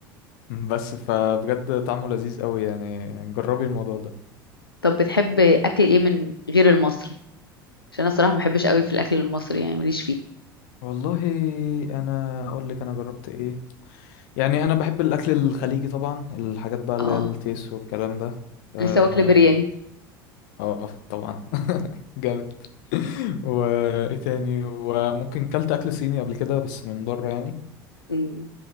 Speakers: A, on the left (about 55°); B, on the left (about 90°).
A: بس فبجد طعمه لذيذ قوي يعني جربي الموضوع ده
B: طب بتحب اكل ايه من غير المصري عشان انا الصراحه ما بحبش قوي في الاكل المصري يعني ماليش فيه
A: والله انا اقول لك انا جربت ايه يعني انا بحب الاكل الخليجي طبعا الحاجات بقى اللي
B: اه
A: هي التيس والكلام ده اه
B: لسه واكله برياني
A: آه، طبعا <laughs> جامد وايه تاني وممكن كلت اكل صيني قبل كده بس من بره يعني
B: مم.